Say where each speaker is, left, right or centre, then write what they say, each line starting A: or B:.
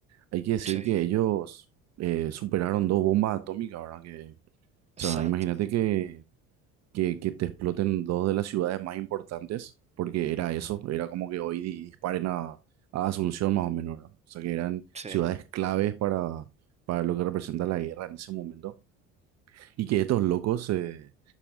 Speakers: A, on the right; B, on the right.
A: Hay que decir
B: Sí,
A: que ellos eh, superaron dos bombas atómicas, ¿verdad? Que,
B: exacto.
A: o sea, imagínate que, que, que te exploten dos de las ciudades más importantes, porque era eso, era como que hoy di- disparen a, a Asunción más o menos, ¿verdad? O sea, que eran
B: Sí,
A: ciudades claves para, para lo que representa la guerra en ese momento. Y que estos locos eh,